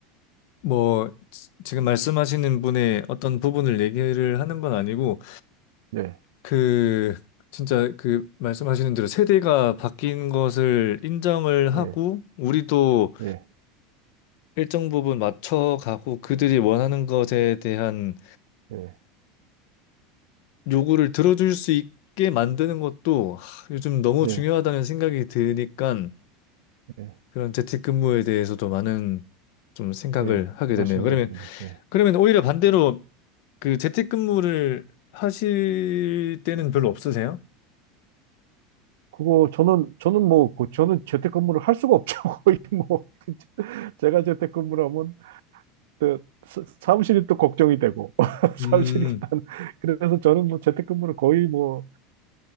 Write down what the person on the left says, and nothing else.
뭐 지- 금 말씀하시는 분의 어떤 부분을 얘기를 하는 건 아니고
그 진짜 그 말씀하시는 대로 세대가 바뀐 것을 인정을
하고 우리도
일정 부분 맞춰가고 그들이 원하는 것에 대한
요구를 들어줄 수 있게 만드는 것도 하, 요즘 너무
중요하다는 생각이 드니까
그런 재택근무에 대해서도 많은 좀 생각을
하게
되네요. 그러면
그러면 오히려 반대로 그 재택근무를 하실 때는 별로 없으세요?
음,